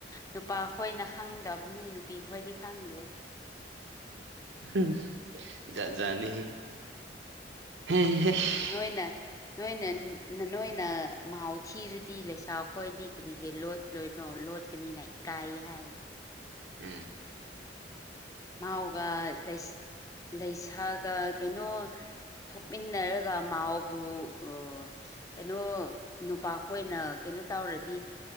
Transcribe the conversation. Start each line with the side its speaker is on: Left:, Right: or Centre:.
Left: ꯅꯨꯄꯥ ꯈꯣꯏꯅ ꯈꯪꯗꯕꯅꯤ ꯅꯨꯄꯤ ꯈꯣꯏꯗꯤ ꯈꯪꯗꯦ
Right: ꯍ ꯖꯥꯠ ꯖꯥꯠꯅꯤꯍꯦ ꯍꯥꯏꯁ
Left: ꯅꯣꯏꯅ ꯅꯣꯏꯅ ꯅꯣꯏꯅ ꯃꯥꯎ ꯊꯤꯔꯗꯤ ꯂꯩꯁꯥ ꯈꯣꯏꯗꯤ ꯀꯔꯤꯒꯤ ꯂꯣꯠ ꯂꯣꯏꯅꯣ ꯂꯣꯠꯀꯅꯤꯅ ꯏ ꯀꯥꯏ ꯍꯥꯏꯅ
Right: ꯎꯝ
Left: ꯃꯥꯎꯒ ꯂꯩ ꯂꯩꯁꯥꯒ ꯀꯩꯅꯣ ꯊꯣꯛꯃꯤꯟꯅꯔꯒ ꯃꯥꯎꯕꯨ ꯑꯥ ꯀꯩꯅꯣ ꯅꯨꯄꯥꯈꯣꯏꯅ ꯀꯩꯅꯣ ꯇꯧꯔꯗꯤ